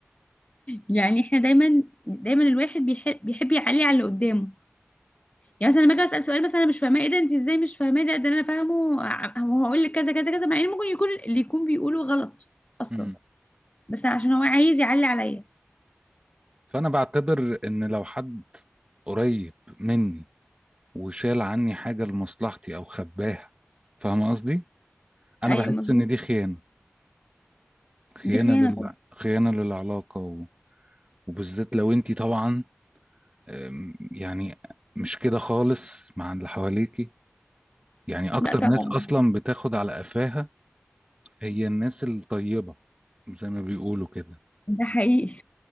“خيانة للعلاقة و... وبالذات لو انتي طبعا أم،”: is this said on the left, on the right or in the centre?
Right